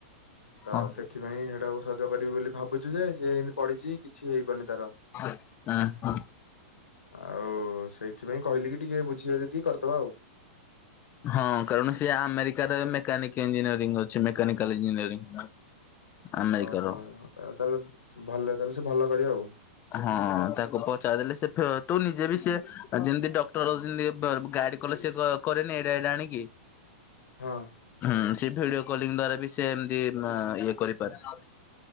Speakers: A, on the left; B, on the left.
A: ତ
B: ଓହୋ।
A: ସେଥିପାଇଁ ସେଟାକୁ ସ ସଜ କରିବୁ ବୋଲି ଭାବୁଛୁ ଯେ, ସେ ଏମତି ପଡିିଛି କିଛି ହେଇପାରୁନି ତାର।
B: ହ ଆଁ, ହଁ।
A: ଆଉ ସେଇଥିପାଇଁ କହିଲି କି ଟିକେ ବୁଝିବେ ଯଦି କରିଦବା ଆଉ।
B: ହଁ, କାରଣ ସିଏ ଆମେରିକାରେ ମେକାନିକ ଇଞ୍ଜିନିୟରିଂ ଅଛି, ମେକାନିକାଲ ଇଞ୍ଜିନିୟରିଂ। ଆମେରିକାର।
A: ଓହୋ। ଆଉ ତାହେଲେ ଭଲ ତାହେଲେ ସେ ଭଲ କରିବେ ଆଉ।
B: ହଁ। ତାକୁ ପଚାରଦେଲେ, ସେ ଫେ ତୁ ନିଜେ ବି ସେ ଯେମତି ଡକ୍ଟର ଯେମତି ଏ ବୁ ଗାଇଡ୍ କଲେ ସେ କ-କରେନି ଏଇଟା ଏଇଡା ଆଣିକି।
A: ହଁ।
B: ହୁଁ। ସିଏ ଭିଡିଓ କଲିଙ୍ଗ ଦ୍ଵାରା ବି ସେ ଏମତି ନା ଇଏ କରିପାରେ।